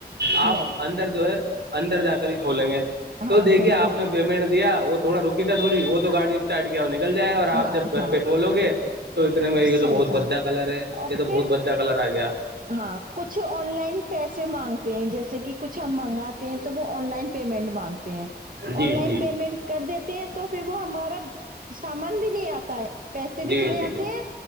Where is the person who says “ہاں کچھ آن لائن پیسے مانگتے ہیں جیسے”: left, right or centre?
Right